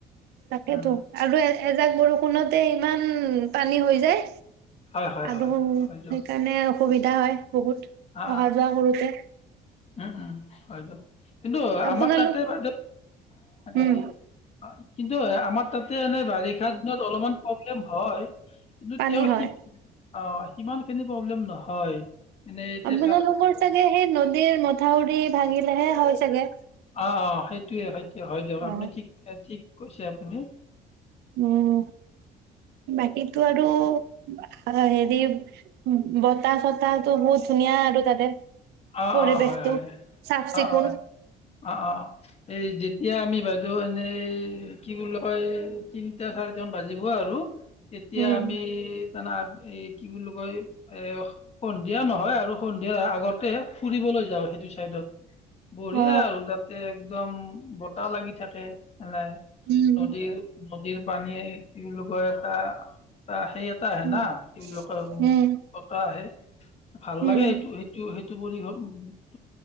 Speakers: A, on the right; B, on the left.
A: তাকেতো
B: উম!
A: আৰু এজাক বৰষুণতে ইমান পানী হৈ যায়।
B: হয় হয়
A: আৰু
B: হয়
A: সেইকাৰণে,
B: হয়
A: অসুবিধা হয় বহুত!
B: অ'!
A: অহা যোৱা কৰোতে।
B: উম, উম, হয়তো। কিন্তু,
A: আপোনালোক
B: আমাৰ তাতে <unintelligible> তাতে
A: উম
B: এই, কিন্তু, আমাৰ তাতে, এনেই বাৰিষা দিনত অলপমান প্ৰব্লেম হয়। কিন্তু,
A: পানী
B: তেওঁ
A: হয়।
B: সি অ'! সিমান খিনি প্ৰব্লেম নহয়। এনে এতিয়া
A: আপোনালোকৰ
B: চাওক
A: চাগে, সেই নদীৰ মথাউৰি ভাঙিলেহে হয়, চাগে?
B: অ' অ'! সেইটোৱে-সেইটোৱে, হয় দিয়ক।
A: অ
B: আপুনি ঠিক, ঠিক কৈছে আপুনি।
A: উম, বাকীটো আৰু সেৰি উম, বতাহ-চতাহতো বহু ধুনীয়া আৰু তাতে!
B: অ'
A: পৰিৱেশটো।
B: অ'! হয়, হয়!
A: চাফ চিকুণ
B: অ' হয়! অ' অ'! এই, যেতিয়া আমি বাইদেউ এনেই কি বুলি কয়! তিনিটা-চাৰিটামান বাজিব আৰু। এতিয়া,
A: উম
B: আমি <unintelligible> এই, কি বুলি কয়! এ, সন্ধিয়া নহয় আৰু সন্ধিয়াৰ আগত। তাতে, ফুৰিবলৈ যাওঁ, সেইটো চাইডত। বঢ়িয়া
A: অ
B: আৰু তাতে, একদম বতাহ লাগি থাকে, এনে।
A: উম
B: নদীৰ-নদীৰ পানীয়ে কি বুলি কয়! এটা এটা, সেই এটা আহে
A: উম
B: না। কি বুলি কয়!
A: উম
B: বতাহ আহে, ভাল
A: উম
B: লাগে। সেইটো সেই সেইটো-সেইটো <unintelligible>